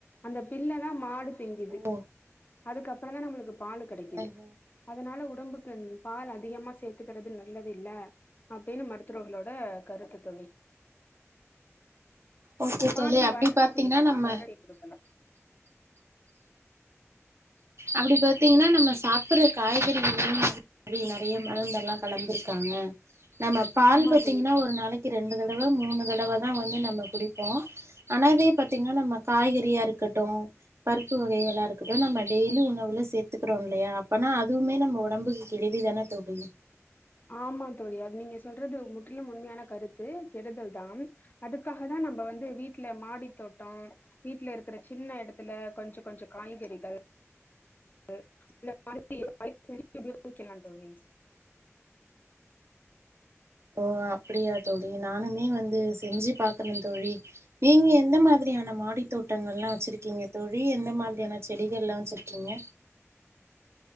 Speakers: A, on the left; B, on the right.
A: அந்த பில்லதா மாடு திங்கிது
B: ஓ
A: அதுக்கப்ற தா நம்மளுக்கு பாலு கெடைக்குது
B: ம் ம்
A: னால உடம்புக்கு ம் பால் அதிகமா சேத்துக்கிறது நல்ல தில்ல அப்டின்னு மருத்துவர்களோட கருத்து தோழி
B: ஓகே
A: பால்ல
B: தோழி அப்டி
A: வரக்காஃபியிடிக்கலா
B: பாத்தீங்கன்னா நம்ம
A: வர டீ குடுக்கலா <inaudible>
B: அப்டி பாத்தீங்கனா நம்ம சாப்புற காய்கறிகள் <unintelligible> அப்டி நெறைய மருந்தெல்லா கலந்துருக்காங்க நம்ம பால்
A: ஆமா
B: பாத்தீங்கனா
A: தோழி
B: ஒரு நாளக்கி ரெண்டு தடவ மூணு தட அததா வந்து நம்ம குடி ப்ரோ ஆனா இதே பாத்திங்கன்னா நம்ம காய்கறியா இருக்கட்டு பருப்பு வகைகளா இருக்கட்டு நம்ம டெய்லி உணவுல சேத்துக்குரோம் இல்லையா அப்பனா அதுவுமே நம் ம்ம ஒடம்புக்கு கெடுதி தானெ தோழி
A: ஆமா தோழி அது நீங்க சொல்றது முற்றிலும் உண்மையான கருத்து கெடுதல் தா அதுக்காக தா நம்ப வந்து வீட்ல மாடி தோட்டம் வீட்ல இருக்கிற சின்ன எடத்துல கொஞ்ச கொஞ்ச காய்கறிகள் <unintelligible> இதுல்லா வக்கிலா தோழி
B: ஓ அப்புடியா தோழி நானுமே வந்து செஞ்சு பாக்கணு தோழி நீங்க எந்த மாதிரியான மாடி தோட்டங்கள்லா வச்சிருக்கீங்க தோழி எந்த மாதிரியான செடிகள்லாம வச்சிருக்கீங்க